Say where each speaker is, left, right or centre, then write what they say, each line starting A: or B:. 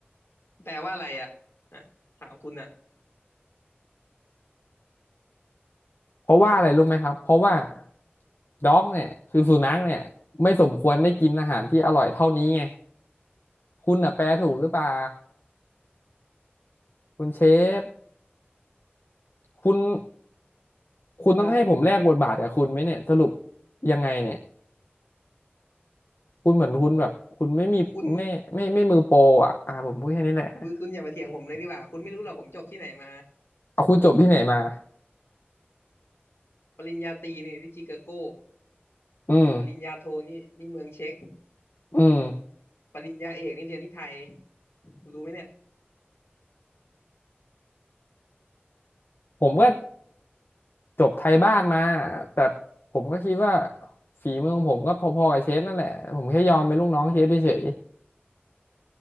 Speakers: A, on the left; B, on the left.
A: แปลว่าอะไรอ่ะอ่ะถามคุณอ่ะ
B: เพราะว่าอะไรรู้ไหมครับเพราะว่าด็อกเนี่ยคือสุนัขเนี่ยไม่สมควรได้กินอาหารที่อร่อยเท่านี้ไงคุณน่ะแปลถูกหรือเปล่าคุณเชฟ คุณคุณต้องให้ผมแลกบทบาทกับคุณไหมเนี่ยสรุป
A: เออ
B: ยังไงเนี่ยคุณเหมือนคุณแบบคุณไม่มีไม่ไม่ไม่มือโปรอ่ะอ่าผมพูดแค่นี้แหละ
A: คุณคุณคุณอย่ามาเถียงผมเลยดีกว่า คุณไม่รู้หรอกผมจบที่ไหนมา
B: เอาคุณจบที่ไหนมา
A: ปริญญาตรีนี่ที่ชิคาโก
B: อืม
A: ปริญญาโทนี่นี่เมืองเช็ก
B: อืม
A: ปริญญาเอกนี่เรียนที่ไทยคุณรู้ไหมเนี่ย
B: ผมก็จบไทยบ้านมาแต่ผมก็คิดว่าฝีมือของผมก็พอๆกับเชฟนั่นแหละผมแค่ยอมเป็นลูกน้องเชฟเฉย